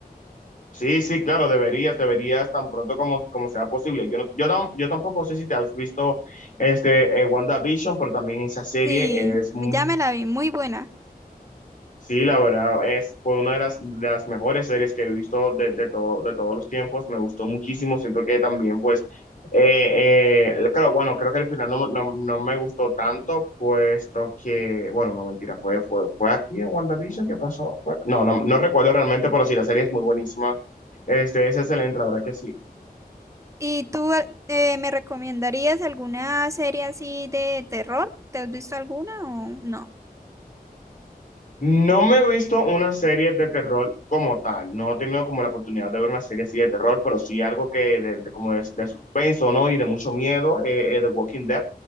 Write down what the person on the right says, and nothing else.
Sí,
ya me la vi, muy buena.
¿Y tú eh, me recomendarías alguna serie así de terror? ¿Te has visto alguna o no?